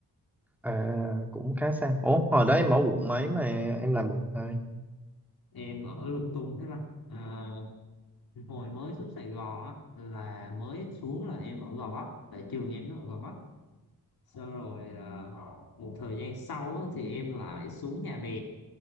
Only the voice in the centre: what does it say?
à cũng khá xa ủa hồi đó em ở quận mấy mà em làm quận hai